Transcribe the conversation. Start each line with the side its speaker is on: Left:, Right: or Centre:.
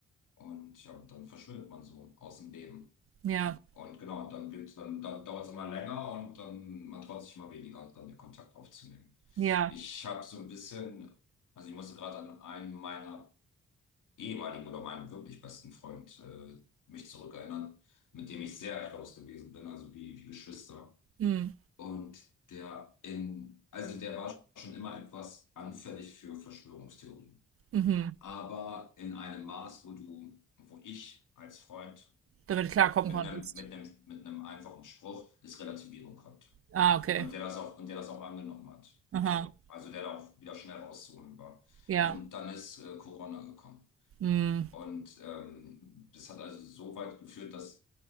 Left: Und ja, und dann verschwindet man so aus dem Leben.
Right: Ja,
Left: Ne? Und genau, und dann wird, dann, dann dauert es immer länger und dann man traut sich immer weniger, dann den Kontakt aufzunehmen.
Right: ja.
Left: Ich habe so ein bisschen, also ich musste gerade an einen meiner ehemaligen oder meinem wirklich besten Freund äh, mich zurückerinnern, mit dem ich sehr close gewesen bin, also wie, wie Geschwister.
Right: Hm.
Left: Und der in, also der war schon immer etwas anfällig für Verschwörungstheorien.
Right: Mhm.
Left: Aber in einem Maß, wo du, wo ich als Freund
Right: Damit du klarkommen
Left: mit
Right: konntest.
Left: einem, mit einem, mit einem einfachen Spruch es relativieren konnte.
Right: Ah, okay.
Left: Und der das auch, und der das auch angenommen hat.
Right: Aha.
Left: So. Also der da auch wieder schnell rauszuholen war.
Right: Ja.
Left: Und dann ist äh, Corona gekommen.
Right: Hm.
Left: Und ähm, das hat also so weit geführt, dass,